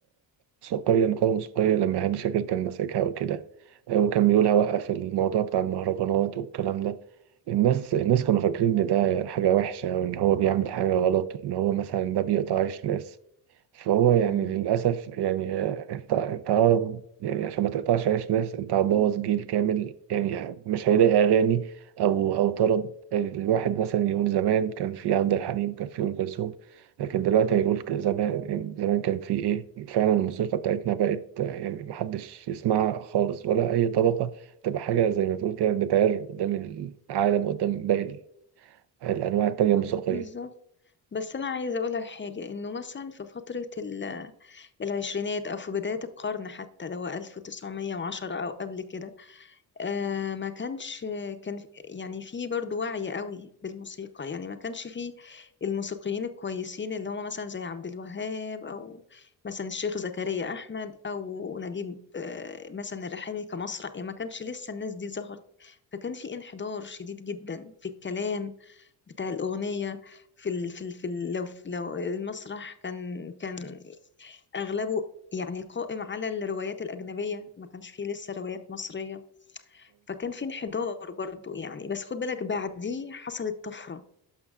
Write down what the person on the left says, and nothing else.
امم
بالظبط بس انا عايزه اقول لك حاجه انه مثلا في فتره ال- العشرينات او في بدايه القرن حتى اللي هو 1910 او قبل كده آه، ما كانش كان في- يعني في برضو وعي قوي بالموسيقى يعني ما كانش في الموسيقيين الكويسين اللي هم مثلا زي عبد الوهاب او مثلا الشيخ زكريا احمد او نجيب آه، مثلا الرحامي كمسرح يعني ما كانش لسه الناس دي ظهرت فكان في انحدار شديد جدا في الكلام بتاع الأغنية في ال في ال في ال لو لو المسرح كان كان أغلبه يعني قائم على الروايات الأجنبية ما كانش فيه لسه روايات مصرية فكان في انحدار برضو يعني بس خد بالك بعديه حصلت طفرة